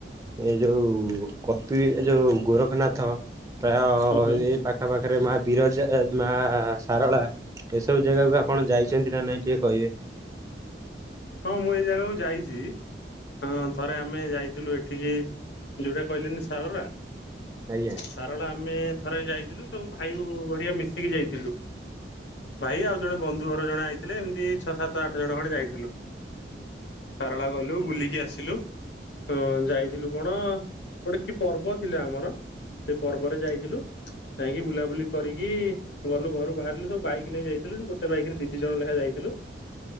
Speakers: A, on the right (about 20°); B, on the left (about 80°).
A: ଏ ଯୋଉ କପି, ଯୋଉ ଗୋରଖନାଥ ପ୍ରାୟ
B: ହୁଁ ହୁଁ
A: ଏ ପାଖା ପାଖରେ ମା ବିରଜା, ମା ସାରଳା ଏସବୁ ଜାଗାକୁ ଆପଣ ଯାଇଛନ୍ତି ନା ନାଇଁ ଟିକେ କହିବେ?
B: ହଁ ମୁଁ ଏଇ ଜାଗାକୁ ଯାଇଛି। ହଁ ଥରେ ଆମେ ଯାଇଥିଲୁ ଏଠିକି, ଯୋଉଟା କହିଲେନି ସାରଳା
A: ଆଜ୍ଞା।
B: ସାରଳା ଆମେ ଥରେ ଯାଇଥିଲୁ, ସବୁ ଭାଇ ବୋହୁ ହାରିକା ମିଶିକି ଯାଇ ଥିଲୁ। ଭାଇ ଆଉ ଜଣେ ବନ୍ଧୁ ଘର ଜଣେ ଆଇଥିଲେ, ଏମିତି ଛଅ, ସାତ, ଆଠ, ଜଣ ଖଣ୍ଡେ ଯାଇଥିଲୁ। ସାରଳା ଗଲୁ ବୁଲିକି ଆସିଲୁ। ଉଁ ଯାଇଥିଲୁ କଣ ଗୋଟେ କି ପର୍ବ ଥିଲା ଆମର, ସେ ପର୍ବରେ ଯାଇଥିଲୁ। ଯାଇଁକି ବୁଲାବୁଲି କରିକି ଗଲୁ ଘରୁ ବାହାରିଲୁ ସବୁ ବାଇକ୍ ନେଇ ଯାଇଥିଲୁ। ଗୋଟେ ବାଇକ୍ ରେ ଦି ଦି ଜଣ ଲେଖାଁ ଯାଇଥିଲୁ।